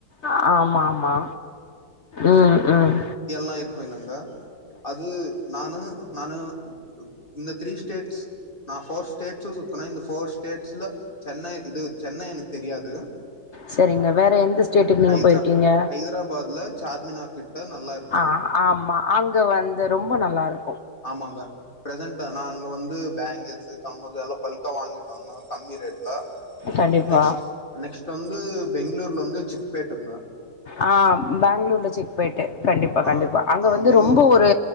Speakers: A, on the left (about 55°); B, on the left (about 30°).
A: அ ஆமா ஆமா உம் உம்
B: அ இருக்கு இல்லங்க அது நானு நானு இந்த த்ரீ ஸ்டேட் நா ஃபோர் ஸ்டேட்ஸு சுத்துனே இந்த ஃபோர் ஸ் டேட்ஸ் ல சென்னை இது சென்னை எனக் தெரியாது
A: செரிங்க வேற எந்த ஸ்டேட்டுக்கு நீங்க
B: ஹைத்ரா
A: போயிருக்கீங்க
B: ஹைதராபாத்ல சார்மினார் கிட்ட நல்லாருக்
A: ஆ ஆமா அங்க வந்து ரொம்ப நல்லாரு
B: ஆமாங்க பிரசன்ட்ட நா அங்க வந்து பேங் கிள்ஸு கம்மலு எல்லா பல்க்கா வாங்கிட்டு வந்த கம்மி ரேட் ல
A: கண்டிப்பா
B: நெக்ஸ்ட் நெக்ஸ்ட் வந்து பெங்ளூர் ல வந்து சிக்ப்பேட்டந்தா
A: ஆ பேங்ளூர்ல சிக்பேட்டு கண்டிப்பா
B: ஆ
A: கண்டிப்பா அங்க
B: ஆ
A: வந்து
B: பெங்களூர்
A: ரொம்ப ஒரு